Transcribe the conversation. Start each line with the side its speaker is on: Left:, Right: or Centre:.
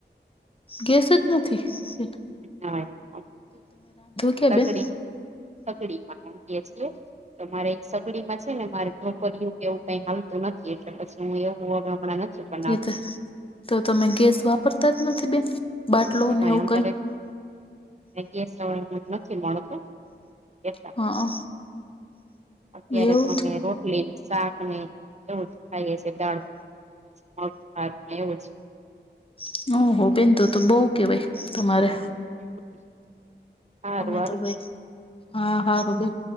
Left: ગેસ જ નથી. તોતો
Right: હા હા
Left: કે
Right: સગડી
Left: બેન
Right: સગડી માં મૂકીએ છીએ. તો મારે એક સગડી માં છે ને મારે ઢોકરીયું કે એવું કઈ હાલતું નથી એટલે બસ હું એવું હવે હમણાં નથી બનાવતી
Left: તોતો તો તમે ગેસ વાપરતા જ નથી બેન બાટલો ને
Right: હા
Left: એવું
Right: અમારે
Left: કઈ
Right: ગેસ હવે નથી મળતો <unintelligible>
Left: હ
Right: અત્યારે
Left: એવું
Right: તમે
Left: છે
Right: રો ટલી શાક ને એવું જ ખાઈએ છે દાળભાત ભાત એવું જ
Left: <unintelligible> બેન તો તો બવ કેવાય તમારે
Right: <inaudible>
Left: અમે
Right: હાલો
Left: તો ભાઈ હા હારુ બેન